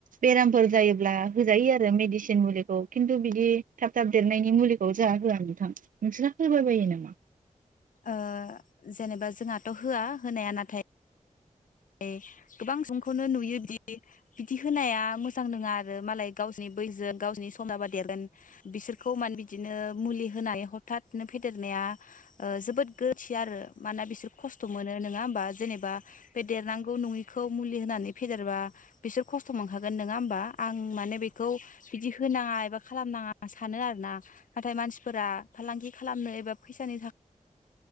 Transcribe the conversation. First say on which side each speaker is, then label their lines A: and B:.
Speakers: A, on the right; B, on the left.
A: बेरामफोर जायोब्ला होजायो आरो मेडिसिन मुलिखौ खिन्थु बिदि थाब थाब देरनायनि मुलिखौ जोंहा होआ नोंथां नोंसोरना होबाय बायो नामा
B: ओ जेनेबा जोंहाथ होआ होनाया नाथाय ए गोबां सुबुंखौनो नुयो दि बिदि होनाया मोजां नङा आरो मालाय गावसनि बैजों गावसनि समदाबा देरगोन बिसोरखौ मानो बिदिनो मुलि होनानै हथादनो फेदेरनाया ़ जोबोद गोरोन्थि आरो माना बिसोर खस्थ मोनो नोङा बा जेनेबा बे देरनांगौ नङि खौ मुलि होनानै फेदेरबा बिसोर खस्थ मोनखागोन नङा होमबा आं माने बेखौ बिदि होनाङा एबा खालामनाङा सानो आरोना नाथाय मानसिफोरा फालांगि खालामनो एबा फैसानि थाखाय